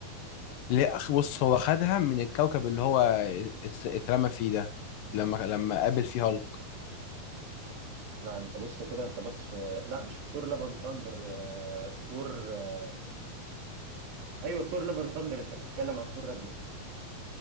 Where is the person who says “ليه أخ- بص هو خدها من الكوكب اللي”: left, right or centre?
Left